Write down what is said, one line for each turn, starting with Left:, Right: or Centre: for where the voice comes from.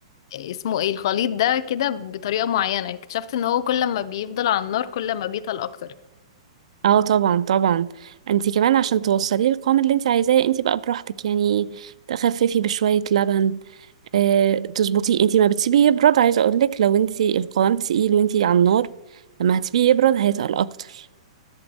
Left: اسمه ايه الخليط ده كده بطريقه معينه اكتشفت ان هو كل ما بيفضل على النار كل ما بيتقل اكتر
Right: اه طبعا طبعا انتي كمان عشان توصليه القوام اللي انتي عايزاه انتي بقى براحتك يعني تخففي بشوية لبن اه تظبطيه انتي ما بتسيبيه يبرد عايزة اقولك لو انتي القوام تقيل وانتي على النار لما هتسيبيه يبرد هيتقل اكتر